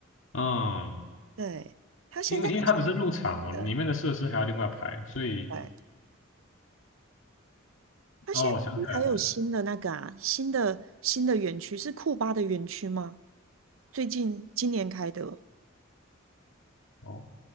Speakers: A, on the left (about 70°); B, on the right (about 75°).
A: 嗯，
B: <laughs> 对，他现在好像
A: 因为因为它不是入场哦，
B: 呃，
A: 里面的设施还要另外排，所以
B: 对，他现在还有新的那个啊，
A: 哦，我想起来了，
B: 新的新的园区是库巴的园区吗？最近今年开的。
A: 哦，